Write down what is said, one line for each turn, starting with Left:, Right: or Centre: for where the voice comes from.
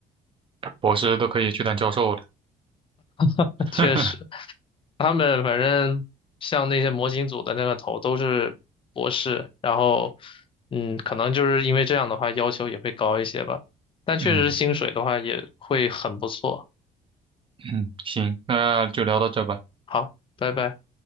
Right: 博士都可以去当教授了。
Left: <laughs>
Right: <laughs>
Left: 确实。他们反正像那些模型组的那个头都是博士，然后嗯，可能就是因为这样的话要求也会高一些吧，但确实薪水的话也会很不错。
Right: 嗯嗯，行，那就聊到这吧。
Left: 好，拜拜。